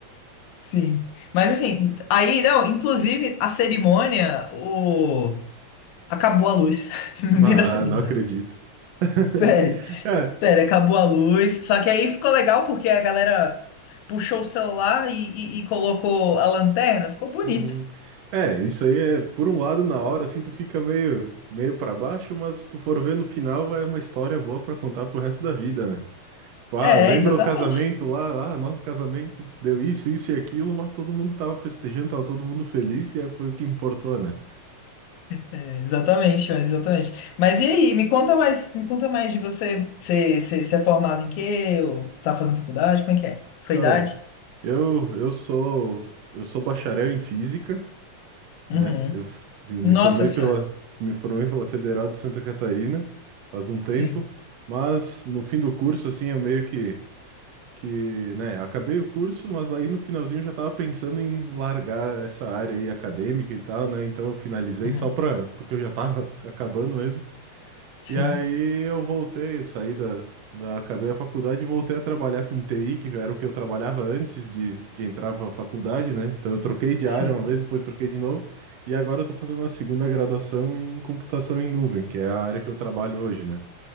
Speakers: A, on the left; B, on the right.
A: Sim. Mas assim, aí não, inclusive a cerimônia, o acabou a luz <laughs> no
B: Bah,
A: meio da cerimônia.
B: não acredito. <laughs>
A: Sério,
B: É,
A: sério, acabou a luz. Só que aí ficou legal porque a galera puxou o celular e, e- e colocou a lanterna, ficou bonito.
B: uhum. É, isso aí é, por um lado, na hora, assim, tu fica meio, meio para baixo, mas se tu for ver no final, vai uma história boa pra contar pro resto da vida, né? Tipo, ah,
A: É,
B: lembra
A: exatamente.
B: o casamento lá, ah, nosso casamento deu isso, isso e aquilo, mas todo mundo tava festejando, tava todo mundo feliz e aí foi o que importou, né?
A: É, exatamente, é, exatamente. Mas e aí, me conta mais, me conta mais de você. Você você- você é formado em quê? Ou você tá fazendo faculdade? Como é que é? Sua
B: Ó,
A: idade?
B: eu, eu sou, eu sou bacharel em física.
A: Uhum.
B: né? Eu fui- me
A: Nossa
B: formei
A: senhora.
B: pela, me formei pela Federal de Santa Catarina faz um tempo,
A: Sim.
B: mas no fim do curso, assim, eu meio que, que, né, acabei o curso, mas aí no finalzinho eu já tava pensando em largar essa área aí acadêmica e tal, né? Então eu finalizei
A: Uhum.
B: só pra, porque eu já tava <laughs> acabando mesmo.
A: Sim,
B: E aí eu voltei, eu saí da, da, acabei a faculdade e voltei a trabalhar com TI, que era o que eu trabalhava antes de, de entrar para a faculdade, né? Então eu troquei de
A: sim.
B: área uma vez, depois troquei de novo, e agora eu tô fazendo a segunda graduação em computação em nuvem, que é a área que eu trabalho hoje, né?